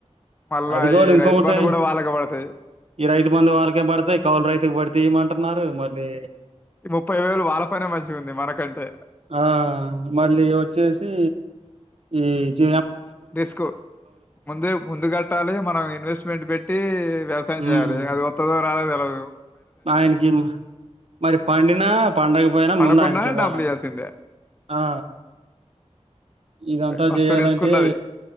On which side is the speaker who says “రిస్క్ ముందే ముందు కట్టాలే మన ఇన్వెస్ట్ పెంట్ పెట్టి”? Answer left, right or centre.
Left